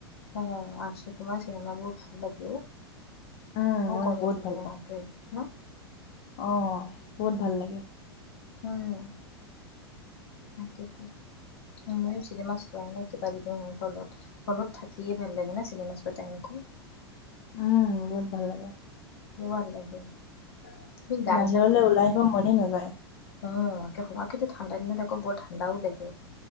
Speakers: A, on the left; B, on the left.
A: অঁ আক্ষয় কুমাৰ চিনেমাবোৰ ভাল লাগে অঁ।
B: উম,
A: বৰ
B: মই
A: কমেদি
B: বহুত ভাল
A: কৰে
B: পাওঁ
A: মানুহটোৱে ন।
B: অ', বহুত ভাল লাগে।
A: উম, তাকেইতো ময়ো চিনেমা চোৱাই নাই কেইবাদিনো মোৰ হলত, হলত থাকিয়ে ভাল লাগে ন চিনেমা চোৱা টাইমকন।
B: উম, বহুত ভাল লাগে।
A: <unintelligible> ভাল লাগে। তুমি গান
B: বাহিৰলৈ ওলাই আহিব মনেই নাযায়।
A: অঁ একে সোমা কিন্তু ঠাণ্ডা দিনত আকৌ বৰ ঠাণ্ডাও লাগে,